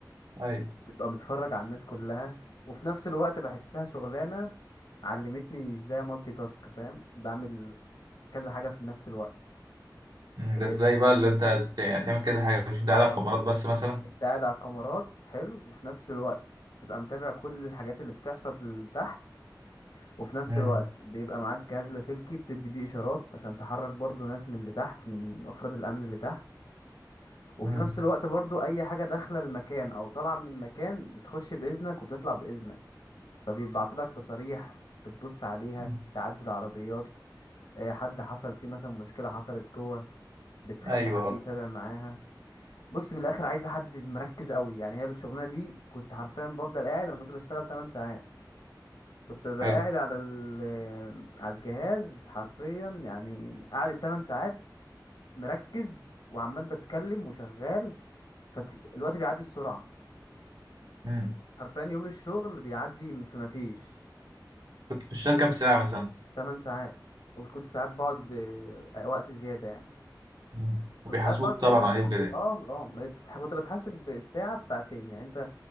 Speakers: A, on the right; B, on the left.
A: ايوه
B: بتبقى متفرج على الناس كلها وفي نفس الوقت بحسها شغلانة علمتني ازاي مالتي تاسك فاهم بعمل كذا حاجة في نفس الوقت
A: مم،
B: إيه،
A: ده ازاي بقى اللي انت ت- يعني تعمل كذا حاجة مش انت قاعد
B: هقول
A: على الكاميرات
B: لك.
A: بس مثلا
B: انت قاعد على الكاميرات حلو وفي نفس الوقت تبقى متابع كل الحاجات اللي بتحصل تحت وفي نفس
A: مم،
B: الوقت بيبقى معاك جهاز لاسلكي بتدي بيه اشارات عشان تحرك برضو ناس من اللي تحت من افراد الامن اللي تحت وفي
A: مم،
B: نفس الوقت برضو اي حاجة داخلة المكان او طالعة من المكان بتخش باذنك وبتطلع باذنك فبيبعتوا لك تصاريح بتبص عليها
A: مم.
B: تعدي العربيات آه، حد حصل فيه مثلا مشكلة حصلت جوه بتخلي
A: ايوه
B: حد يتابع معاها بص من الاخر عايزة حد مركز قوي يعني هي الشغلانة دي كنت حرفيا بفضل قاعد انا كنت بشتغل 8 ساعات كنت ببقى
A: حلو
B: قاعد على ال آه، على الجهاز حرفيا يعني قاعد 8 ساعات مركز وعمال بتكلم وشغال فالوقت بيعدي بسرعة
A: مم.
B: حرفيا يوم الشغل بيعدي في مفيش
A: كنت بتشتغل كام ساعة مثلا
B: 8 ساعات وكنت ساعات بقعد آه، وقت زيادة يعني
A: مم.
B: كنت
A: وبيحاسبوك
B: ساعات بقعد زيادة
A: طبعا عليه وكده
B: اه اه ما بتتح- كنت بتحاسب بالساعة بساعتين يعني انت